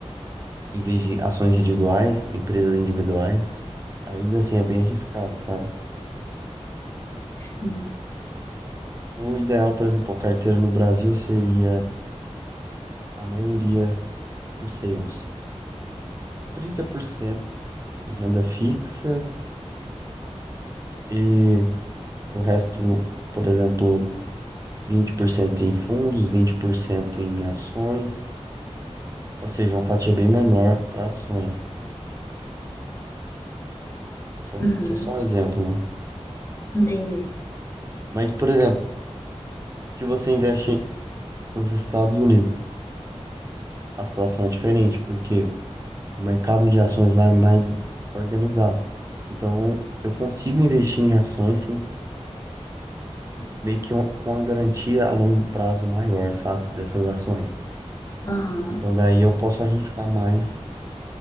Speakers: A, on the right; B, on the left.
A: em vez de ações individuais, empresas individuais, ainda assim é bem arriscado, sabe?
B: sim.
A: O ideal, por exemplo, a carteira no Brasil seria a maioria, não sei, uns 30% em renda fixa e o resto, por exemplo, 20% em fundos, 20% em ações, ou seja, uma fatia bem menor para ações. Só,
B: Uhum,
A: só só um exemplo, né?
B: entendi.
A: Mas, por exemplo, se você investe nos Estados Unidos, a situação é diferente, porque o mercado de ações lá é mais organizado. Então, eu consigo investir em ações sem meio que um- com uma garantia a longo prazo maior, sabe, dessas ações.
B: Aham.
A: Então daí eu posso arriscar mais.